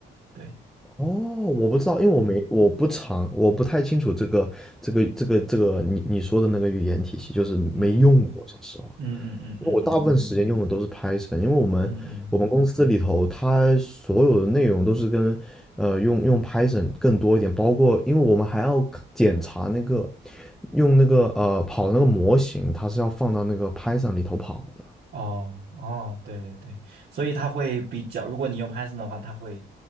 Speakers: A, on the right; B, in the centre.
A: 对。
B: 哦，我不知道，因为我没我不常我不太清楚这个这个这个这个你你说的那个语言体系，就是没用过，
A: 嗯。
B: 讲实话，
A: 嗯嗯嗯嗯嗯嗯
B: 因为我大部分时间用的都是 Python，因为我们我们公司里头它所有的内容都是跟呃用用
A: 嗯嗯，
B: Python 更多一点，包括因为我们还要检查那个用那个呃跑那个模型，它是要放到那个 Python 里头跑的。
A: 哦哦，对对对，所以它会比较，如果你用 Python 的话，它会